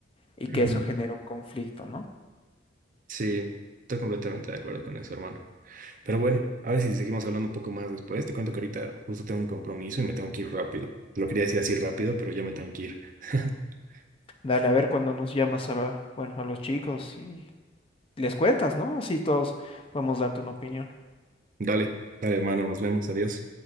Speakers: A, on the left; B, on the right.
A: y
B: ujú,
A: que eso genere un conflicto, ¿no?
B: Sí, estoy completamente de acuerdo con eso, hermano. Pero bueno, a ver si seguimos hablando un poco más después. Te cuento que ahorita justo tengo un compromiso y me tengo que ir rápido. Te lo quería decir así rápido, pero ya me tengo que ir. <laughs>
A: Dale, a ver cuando nos llamas a, la- bueno, a los chicos y les cuentas, ¿no? Así todos podemos darte una opinión.
B: Dale, dale, hermano, nos vemos, adiós.